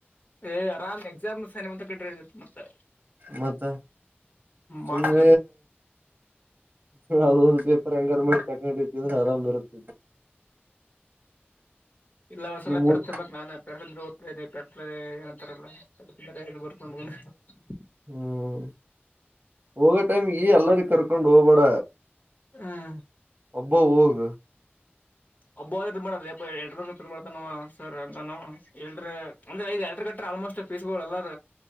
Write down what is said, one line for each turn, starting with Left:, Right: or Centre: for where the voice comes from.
Left: ಏ್ ಆರಾಮ್ ಎಕ್ಸಾಮ್ ಸಂತ ಕಟ್ಟದೈತ್ತು ಮತ್ತೆ
Right: ಮತ್ತ ಸುಮ್ರ
Left: ಮಾರ್ಚ್ದಾಗ
Right: ನ ಒಂದ್ ಪೇಪರ್ ಹೆಂಗಾರ ಮಾಡಿ ತಕೊಂಡತಿದ್ರೆ ಆರಾಮ್ ಇರುತ್ತೆ
Left: ಇಲ್ಲ ಒಸವಲ್
Right: ನಿಮ್ಮೂರ್
Left: ಪಡ ತಿನ್ಬೇಕ್ ನಾನ್ ಪರ್ ತಂದ್ರೆ ದ್ತನೆ ಪ ಏನಂತಾರಲ್ಲ ಪ ತಂದ್ರೆ ಬರ್ಕೊಂಡ್ <unintelligible>
Right: ಹ್ಮ್ ಹೋಗೋ ಟೈಮ್ ಈ ಎಲ್ಲರ್ನ್ನು ಕರ್ಕೊಂಡು ಹೋಗ್ಬೇಡ
Left: ಹ್ಮ್
Right: ಅಬ್ಬೋ ಹೋಗ
Left: ಒಬ್ಬ ಮಾಡ ಎಡ ಮಾಡ್ತಾನ ಸರ್ ಹಂಗ ಎಲ್್ರ <unintelligible> ಅಂದ್ರೆ ಐ್ ಎಲ್ರು ಕಟ್ರ ಆಲ್ಮೋಸ್ಟ್ ಪೀಸ್ಗಳು ಎಲ್ಲಾರ